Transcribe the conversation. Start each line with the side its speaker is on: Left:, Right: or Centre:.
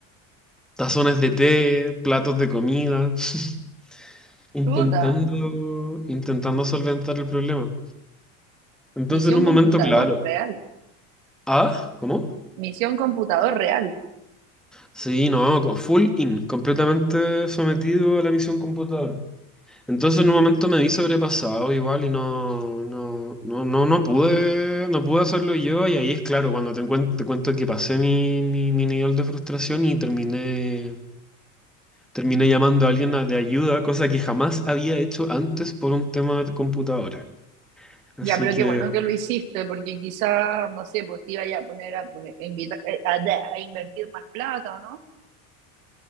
Centre: tazones de té, platos de comida. <laughs> intentando,
Right: Puta,
Centre: intentando solventar el problema. Entonces,
Right: misión
Centre: en un momento,
Right: computador
Centre: claro.
Right: real,
Centre: Ah, ¿cómo?
Right: misión computador real.
Centre: Sí, no, con full in, completamente sometido a la misión computador. Entonces, en un momento me vi sobrepasado igual y no, no, no, no, no pude, no pude hacerlo yo. Y ahí es claro, cuando te, encuent- te cuento que pasé mi, mi, mi nivel de frustración y terminé, terminé llamando a alguien a- de ayuda, cosa que jamás había hecho antes por un tema de computadora. Así
Right: Ya, pero
Centre: que
Right: qué bueno que lo hiciste, porque quizá, no sé, pues te iba ya a poner a, poner- a, invita- eh, a- a invertir más plata, ¿o no?